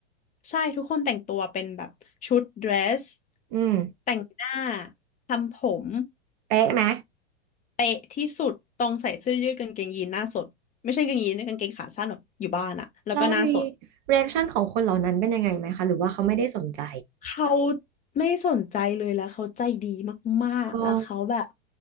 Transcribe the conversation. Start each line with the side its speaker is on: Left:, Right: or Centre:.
Left: ใช่ทุกคนแต่งตัวเป็นแบบชุดเดรส
Right: อืม
Left: แต่งหน้าทำผม
Right: เป๊ะไหม
Left: เป๊ะที่สุดต้องใส่เสื้อยืดกางเกงยีนหน้าสดไม่ใช่กางเกงยีนนะกางเกงขาสั้นแบบอยู่บ้านอะแล้วก็หน้าสด
Right: แล้วมีเรีแอคชั่นของคนเหล่านั้นเป็นยังไงไหมคะหรือว่าเขาไม่ได้สนใจ
Left: เขาไม่สนใจเลยแล้วเขาใจดีมากๆแล้วเขาแบบ
Right: อ๋อ